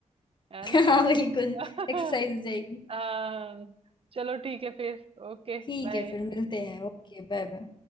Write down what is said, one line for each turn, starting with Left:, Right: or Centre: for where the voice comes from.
Right: है
Left: <laughs>
Right: ना
Left: हाँ बिल्कुल
Right: <laughs>
Left: एक्सरसाइज हो जाएगी
Right: हाँ चलो ठीक है फिर ओके
Left: ठीक
Right: बाय
Left: है फिर मिलते हैं ओके बाय बाय